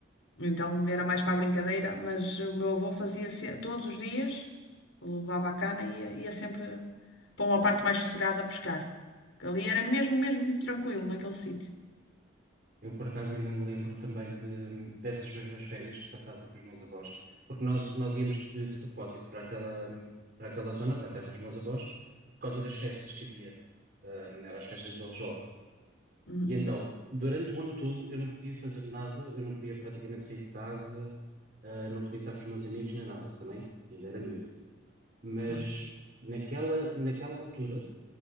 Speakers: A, on the left; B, on the right.
A: Então era mais para a brincadeira, mas o meu avô fazia se- todos os dias. Levava a cana e ia, ia sempre para uma parte mais sossegada a pescar. Porque Ali era mesmo, mesmo muito tranquilo naquele sítio.
B: Eu, por acaso, ainda me lembro também de, dessas mesmas férias que passava com os meus avós, porque nós, nós íamos de, de propósito para aquela, para aquela zona, para a terra dos meus avós, por causa das festas que havia. Ahm, eram as festas de Aljó.
A: Uhum,
B: E então, durante o ano todo, eu não podia fazer nada, eu não podia praticamente sair de casa, ah, não podia estar com os meus amigos nem nada, porque também ainda era miúdo. Mas
A: claro.
B: naquela, naquela altura,